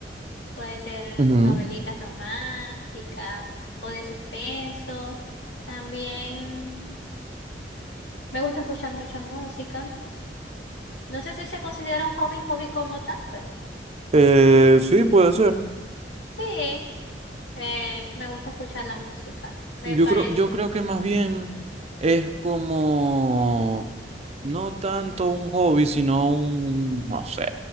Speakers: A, on the left; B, on the right.
A: puede ser
B: Ujú.
A: novelitas románticas o de suspenso, también me gusta escuchar mucha música. No sé si se considera un hobby, hobby como tal, pero
B: Eh, sí, puede ser.
A: sí, eh, me gusta escuchar la música. Me
B: Yo
A: parece,
B: creo, yo creo que más bien es como no tanto un hobby, sino un, no sé,